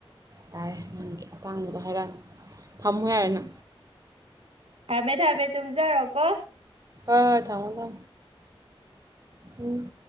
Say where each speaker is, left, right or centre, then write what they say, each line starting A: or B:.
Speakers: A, on the right; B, on the right.
A: ꯌꯥꯔꯦ ꯅꯍꯪꯒꯤ ꯑꯇꯥꯡꯕꯗꯣ ꯍꯥꯏꯔꯛꯑ ꯊꯝꯃꯨ ꯌꯥꯔꯦꯅ
B: ꯊꯝꯃꯦ ꯊꯝꯃꯦ ꯇꯨꯝꯖꯔꯣ ꯀꯣ
A: ꯑ ꯊꯥꯃ ꯊ ꯎꯝ